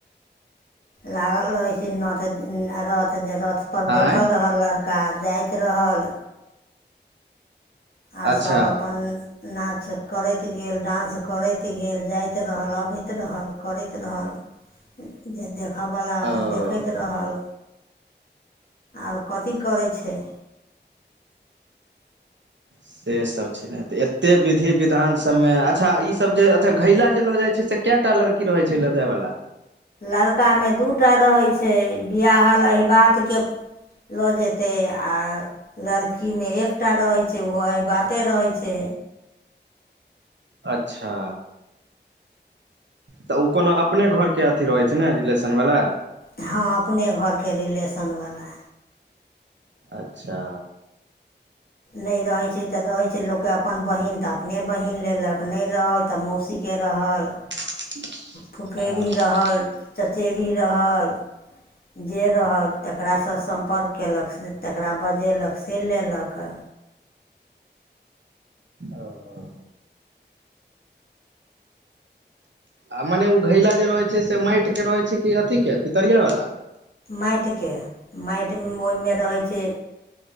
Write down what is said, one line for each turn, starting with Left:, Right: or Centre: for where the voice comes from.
Left: लागल रहै छै नथ रथ रथ पर
Right: आँय
Left: बठिल रहल लड़का जाइत रहल आ
Right: अच्छा
Left: सभ अपन नाच करति गेल डान्स करति गेल जाइत रहल अबति रहल करति रहल ज दे देखऽवला अपन
Right: ओ
Left: देखति रहल आर कथी करै छै।
Right: से सब छै नहि तऽ एते विधि विधान सब मे अच्छा ई सब जे अच्छा घैला जे लऽ जाइ छै से केऽटा लड़की रहै छै ल जाय वला
Left: लड़का मे दू टा रहै छै बियाहल अहिबात के लऽ जेतै आ लड़की मे एकटा रहै छै ओहो अहिबाते रहै छै
Right: अच्छा तऽ उ कोनो अपने घर के अथी रहै छै ने रिलेसन वला
Left: हँ अपने घर के रिलेसन बला
Right: अच्छा
Left: नय रहै छै तऽ रहै छै लोक के अपन बहिन तऽ अपने बहिन लेलक नय रहल तऽ मौसी के रहल
Right: <inaudible>
Left: फुफेरी
Right: आ ओ
Left: रहल चचेरी रहल जे रहल तकरासँ सम्पर्क कयलक से तकरा बजेलक से लेलक
Right: ओ <inaudible> आ मने उ घैला जे रहै छै से माईट के रहै छै की अथि के पितरिया वाला
Left: माइट के माइट ओहिमे रहै छै